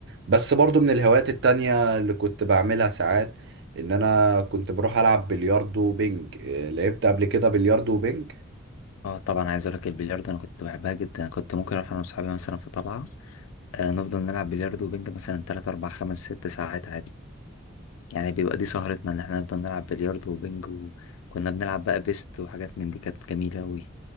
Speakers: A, on the right; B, on the left.
A: بس برضه من الهوايات التانية اللي كنت بعملها ساعات إن أنا كنت بروح ألعب بلياردو وبينج آه، لعبت قبل كده بلياردو وبينج
B: اه طبعا عايز اقولك البلياردو انا كنت بحبها جدا كنت ممكن اروح انا واصحابي مثلا في طلعه آه نفضل نلعب بلياردو وبنج مثلا 3 4 5 6 ساعات عادي يعني بيبقى دي سهرتنا ان احنا نفضل نلعب بلياردو وبنج وكنا بنلعب بقى بيست وحاجات من دي كانت جميله قوي